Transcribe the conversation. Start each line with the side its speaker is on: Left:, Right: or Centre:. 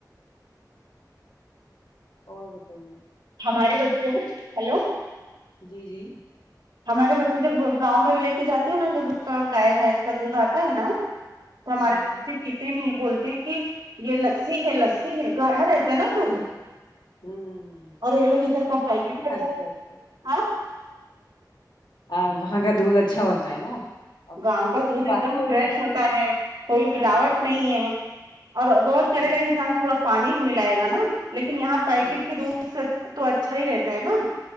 Left: اور بتائیے
Right: ہمارے بچے ہیں نہ ہیلو
Left: جی جی
Right: ہمارے بچے جب گاؤں میں لے کے جاتی ہے نا جب اسکا گائے بھینس کا دودھ آتا ہے نا ہمارےبچے
Left: ہوں
Right: پیتے نہیں ہے بولتے ہیں کہ یہ لسی ہے لسی ہے گاڑھا رہتا ہے نا دودھ
Left: ہوں ہوں ہوں ہوں
Right: اور یہ لوگ ادھر کا پیکٹ کا دودھ
Left: اچھا اچھا
Right: ہاں
Left: آ وہاں کا دودھ اچھا ہوتا ہے نا اب
Right: گاؤں
Left: پیور
Right: کا دودھ
Left: کی
Right: ایک
Left: بات
Right: دم
Left: ہی اور
Right: فریش
Left: ہوتی
Right: ہوتا ہے کوئی
Left: ہوں
Right: ملاوٹ نہیں ہے اور بہت کرے
Left: صحیح
Right: گا
Left: بات
Right: انسان تھوڑا پانی ہی ملائے گا نا لیکن یہاں پیکٹ
Left: صحیح بات
Right: کے دودھ سے تو اچھا ہی رہتا ہے نا